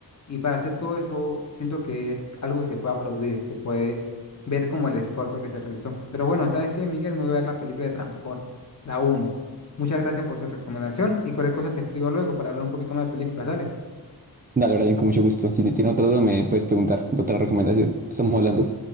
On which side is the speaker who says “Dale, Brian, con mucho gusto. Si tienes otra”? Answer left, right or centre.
Right